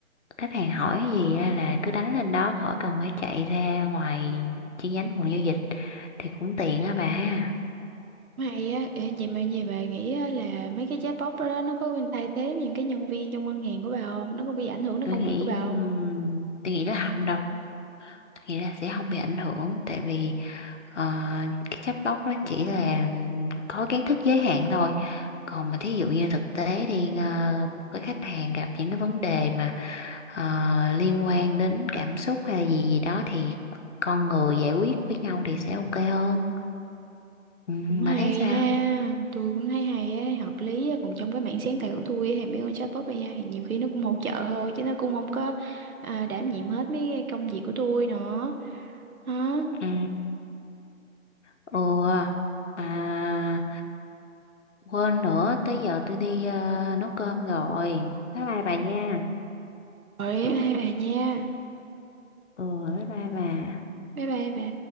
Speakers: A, on the left; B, on the right.
A: khách hàng hỏi cái gì ra là cứ đánh lên đó khỏi cần phải chạy ra ngoài chi nhánh phòng giao dịch thì cũng tiện á bà.
B: Hay á, ờ, vậy mà gì bà nghĩ á, là mấy cái chatbot đó, đó nó có bên thay thế những cái nhân viên trong ngân hàng của bà không? Nó có bị ảnh hưởng đến
A: Tôi
B: công
A: nghĩ
B: việc của bà không?
A: ừm, tôi nghĩ là không đâu. nghĩ là sẽ không bị ảnh hưởng tại vì ờ, cái chatbot đó chỉ là có kiến thức giới hạn thôi còn mà thí dụ như thực tế đi ờ, một cái khách hàng gặp những cái vấn đề mà ờ, liên quan đến cảm xúc hay là gì gì đó thì con người giải quyết với nhau thì sẽ ok hơn ừ,
B: Cũng hay
A: bà thấy sao
B: ha, tôi cũng thấy hay á, hợp lý á. Còn trong cái mảng sáng tạo của tôi á, thì mấy con chatbot bây giờ thì nhiều khi nó cũng hỗ trợ thôi chứ nó cũng không có à, đảm nhiệm hết mấy cái công việc của tôi nữa. Đó.
A: ừ ừ mà quên nữa tới giờ tôi đi ờ, nấu cơm rồi bye bye bà nha
B: Rồi bye bye bà nha.
A: ừ bye bye bà
B: Bye bye bà.